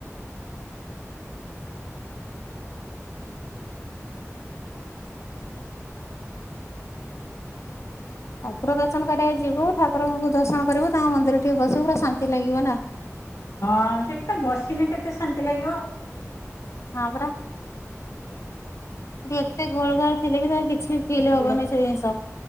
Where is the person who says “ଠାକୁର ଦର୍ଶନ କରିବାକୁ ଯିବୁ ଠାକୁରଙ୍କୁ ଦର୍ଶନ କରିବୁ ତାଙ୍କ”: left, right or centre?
Left